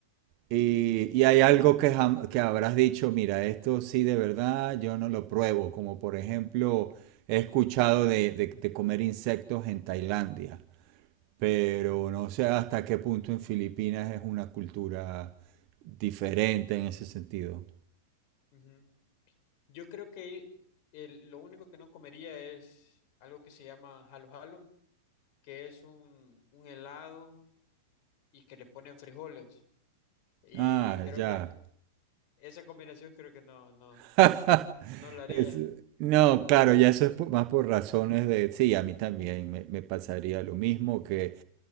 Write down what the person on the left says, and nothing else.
Ujú,
ujú. Yo creo que el- lo único que no comería es algo que se llama jalo jalo, que es un, un helado y que le ponen frijoles. Y
creo
que esa combinación creo que no, no,
no la haría,